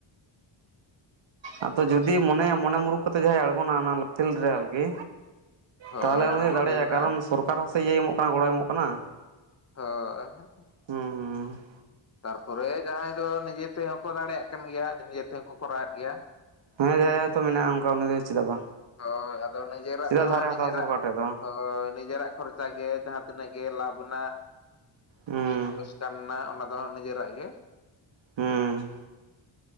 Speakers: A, on the right; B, on the left.
A: ᱟᱫᱚ ᱡᱩᱫᱤ ᱢᱚᱱᱮᱭᱟ ᱢᱚᱱᱮ ᱢᱩᱨᱩᱠᱷ ᱠᱟᱛᱮ ᱡᱟᱦᱟᱸᱭ ᱟᱬᱜᱚᱱᱟ ᱚᱱᱟ ᱯᱷᱤᱞᱰ ᱨᱮ ᱟᱨᱠᱤ
B: ᱦᱳᱭ
A: ᱛᱟᱦᱚᱞᱮ
B: ᱟᱬᱜᱚᱱ
A: ᱩᱱᱤᱤᱴᱫᱚᱭ ᱫᱟᱲᱮᱭᱟᱜᱟᱭ
B: ᱦᱩᱭᱩᱜᱼᱟ
A: ᱠᱟᱨᱚᱱ ᱥᱚᱨᱠᱟᱨ ᱦᱚᱸᱥ ᱤᱭᱟᱹᱭ ᱮᱢᱚᱜ ᱠᱟᱱᱟ ᱜᱚᱲᱚᱭ ᱮᱢᱚᱜ ᱠᱟᱱᱟ᱾
B: ᱦᱚᱭ ᱦᱟᱜ᱾
A: ᱦᱩᱸ ᱦᱩᱸ
B: ᱛᱟᱨᱯᱚᱨᱮ ᱡᱟᱦᱟᱸᱭ ᱫᱚ ᱱᱤᱡᱮ ᱛᱮᱦᱚᱸ ᱠᱚ ᱫᱟᱲᱮᱭᱟᱜ ᱠᱟᱱ ᱜᱮᱭᱟ ᱱᱤᱡᱮ ᱛᱮᱦᱚᱸ ᱠᱚ ᱠᱚᱨᱟᱣᱮᱫ ᱜᱮᱭᱟ᱾
A: ᱦᱮᱸ ᱡᱟᱦᱟᱭ ᱡᱟᱦᱟᱭ ᱦᱚᱭ ᱛᱚ ᱢᱮᱱᱟᱜᱼᱟ ᱚᱱᱠᱟ ᱩᱱᱤ ᱫᱚᱭ ᱪᱮᱫᱟᱜ ᱵᱟᱝ᱾
B: ᱦᱳᱭ ᱟᱫᱚ ᱱᱤᱡᱮᱨᱟᱜ
A: ᱪᱮᱫᱟᱜ
B: ᱫᱚ ᱦᱟᱸᱜ
A: ᱫᱷᱟᱨᱮ
B: ᱱᱤᱡᱮᱨᱟᱜ
A: ᱦᱟᱛᱟᱣᱟ ᱥᱚᱨᱠᱟᱨ ᱴᱷᱮᱡ ᱫᱚ
B: ᱦᱳᱭ ᱱᱤᱡᱮᱨᱟᱜ ᱠᱷᱚᱨ ᱪᱷᱟ ᱜᱮ ᱡᱟᱦᱟᱸ ᱛᱤᱱᱟᱹᱜ ᱜᱮ ᱞᱟᱵᱷ ᱨᱮᱱᱟᱜ
A: ᱦᱩᱸ
B: ᱞᱚᱥᱠᱟᱱ ᱱᱟᱜ ᱚᱱᱟ ᱚᱱᱟᱦᱚᱸ ᱱᱤᱡᱮᱨᱟᱜ ᱜᱮ᱾
A: ᱦᱩᱸᱦᱩᱸ ᱦᱩᱸ